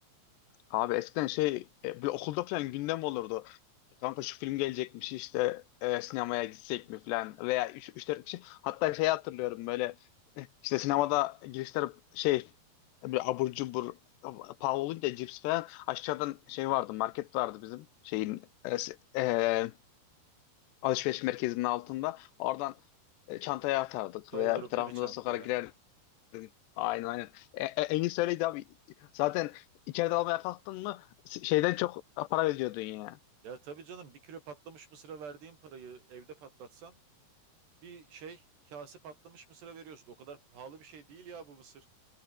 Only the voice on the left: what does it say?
Abi eskiden şey e, bir okulda falan gündem olurdu. Kanka şu film gelecekmiş işte e, sinemaya gitsek mi falan veya 3-4 kişi. Hatta şey hatırlıyorum böyle <laughs> işte sinemada girişler şey bir abur cubur pahalı olunca cips falan aşağıdan şey vardı market vardı bizim şeyin e, s- e, alışveriş merkezinin altında. Oradan e, çantaya atardık
veya bir tarafımıza
sokarak girerdik. Aynen aynen. E, e, en iyisi öyleydi abi. Zaten içeride almaya kalktın mı s- şeyden çok para veriyordun ya.